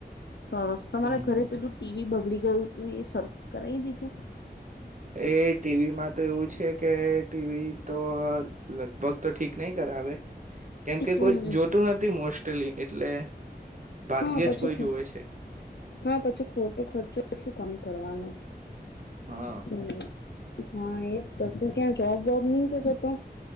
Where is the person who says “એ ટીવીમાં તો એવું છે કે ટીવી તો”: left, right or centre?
Right